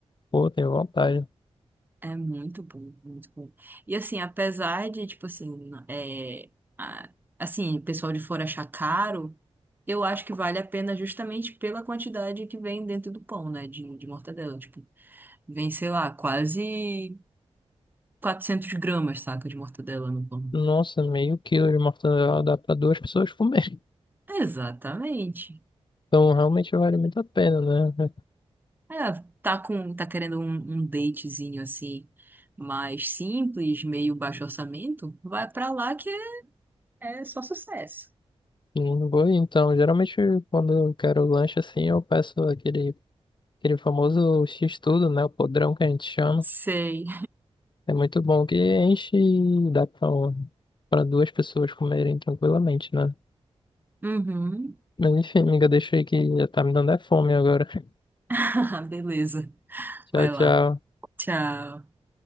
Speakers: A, on the left (about 45°); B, on the right (about 15°).
A: Pô, tenho vontade.
B: É muito bom, muito bom. E assim, apesar de, tipo assim, é, a- assim, o pessoal de fora achar caro, eu acho que vale a pena justamente pela quantidade que vem dentro do pão, né, de, de mortadela. Tipo, vem, sei lá, quase 400 gramas, saca, de mortadela no pão.
A: Nossa, meio quilo de mortadela dá pra duas pessoas comer. <laughs>
B: Exatamente.
A: Então realmente vale muito a pena, né?
B: É, tá com, tá querendo um, um datezinho assim, mais simples, meio baixo orçamento, vai pra lá que é- É só sucesso.
A: Hum, Vou, então, geralmente quando eu quero lanche assim, eu peço aquele Aquele famoso X-tudo, né? O podrão que a gente chama.
B: sei.
A: É muito bom que enche e dá pra, pra duas pessoas comerem tranquilamente, né?
B: Uhum.
A: Mas enfim, amiga, deixa aí que já tá me dando é fome agora. <laughs>
B: <laughs> Beleza.
A: Tchau,
B: Vai
A: tchau.
B: lá. Tchau.